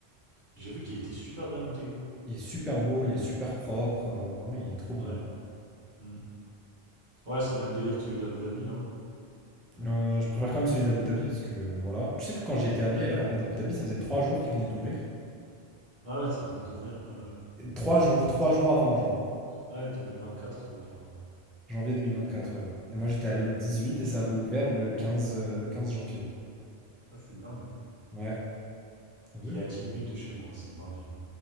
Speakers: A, on the right; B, in the centre.
A: J'ai vu qu'il était super bien noté.
B: Il est super beau, il est super propre. euh, vraiment, il est trop bien.
A: Ouais. Mm. Ouais, c'est le même délire que celui d'Abu Dhabi, non?
B: Euh, je préfère quand même celui d'Abu Dhabi parce que voilà. Tu sais que quand j'y étais allé à l'aéroport
A: Ouais.
B: d'Abu Dhabi, ça faisait trois jours qu'il venait d'ouvrir.
A: Ouais, ouais, ça venait d'ouvrir. Ouais, ouais.
B: Et Trois jours, trois jours avant, genre.
A: Ouais, 2024, ça a ouvert. Ouais.
B: Janvier 2024, ouais. Et moi j'étais allé
A: Ouais.
B: le 18 et ça avait ouvert le 15, euh, 15 janvier.
A: Mm. Ah, c'est dingue. hein.
B: Ouais, t'as vu?
A: Il est à dix minutes de chez moi, c'est une dinguerie.